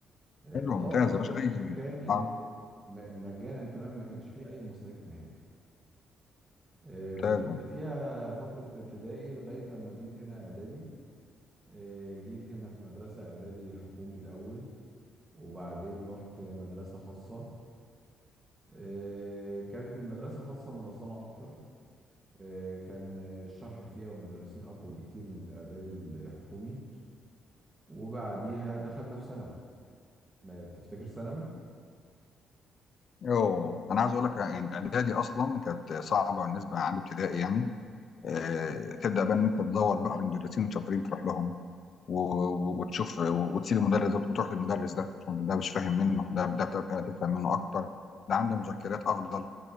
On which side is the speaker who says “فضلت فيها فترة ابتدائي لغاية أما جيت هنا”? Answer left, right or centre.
Right